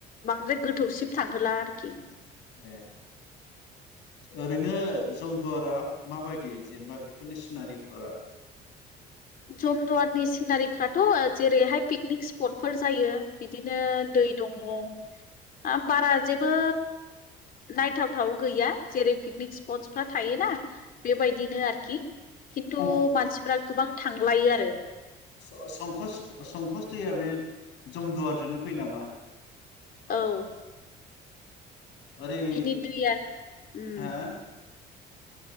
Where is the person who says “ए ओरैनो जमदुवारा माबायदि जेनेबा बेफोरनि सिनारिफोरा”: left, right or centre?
Left